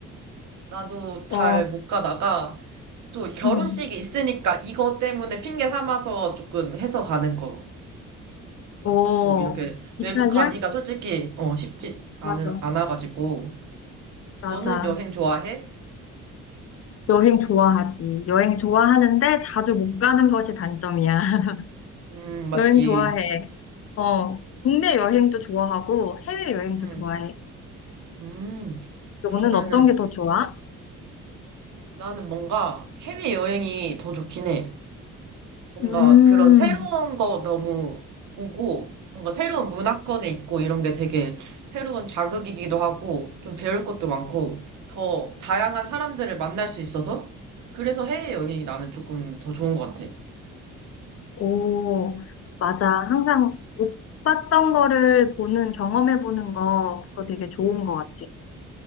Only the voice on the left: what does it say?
어,
응.
어,
이탈리아?
맞아.
맞아.
여행 좋아하지. 여행 좋아하는데 자주 못 가는 것이 단점이야. <laughs>
여행 좋아해. 어, 국내 여행도 좋아하고 해외 여행도
좋아해.
너는
어떤 게 더 좋아?
음.
오, 맞아. 항상 못 봤던 거를 보는, 경험해보는 거, 그거 되게 좋은 것 같아.